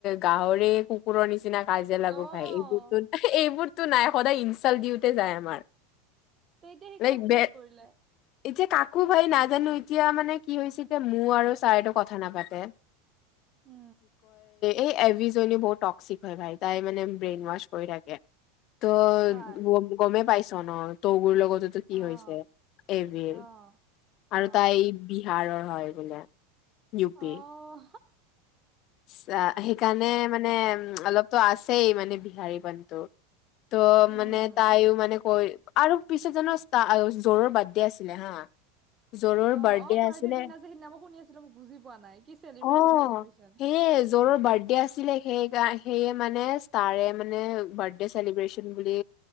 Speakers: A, on the left; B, on the right.
A: গাহৰি কুকুৰৰ নিচিনা কাজিয়া লাগো
B: অ',
A: ভাই এইবোৰটোন, এইবোৰ টো নাই সদায় ইনচাল দিওঁতে যায় আমাৰ।
B: তে এতিয়া সি
A: লাইক
B: কাক চুজ
A: বে
B: কৰিলে?
A: এতিয়া কাকো ভাই নাজানো এতিয়া মানে কি হৈছে যে এতিয়া মোৰ আৰু ছা এটো কথা নাপাতে।
B: উ।
A: এ' এবিজনি বহুত টক্সিক হয় ভাই তাই মানে ব্ৰেইন ৱাছ কৰি থাকে। ত'
B: কাৰ?
A: গ-গমে পাইছ ন। ত' গুৰ লগ টোতো কি
B: অ',
A: হৈছে এবিল
B: অ',
A: আৰু
B: অ',
A: তাই এই বিহাৰৰ হয় বলে, ইউ
B: অ'।
A: পি। চা সেইকাৰণে মানে অলপতো আছেই মানে বিহাৰী পানটো। তো
B: উম,
A: মানে তাইও মানে কৈ আৰু পিছেত জান ষ্টা-জ'ৰ বাৰ্থডে আছিলে হা। জৰৰ
B: অ' অ' বাৰ্থডে
A: আছিলে
B: দিনা যে সিদিনা মই শুনি আছিলো। মো বুজি পোৱা নাই। কি চেলিব্ৰেচন
A: অ'
B: চেলিব্ৰেচন।
A: সেইয়ে জ'ৰৰ বাৰ্থডে আছিলে সেইকা সেয়ে মানে ষ্টাৰে মানে বাৰ্থডে চেলিব্ৰেচন বুলি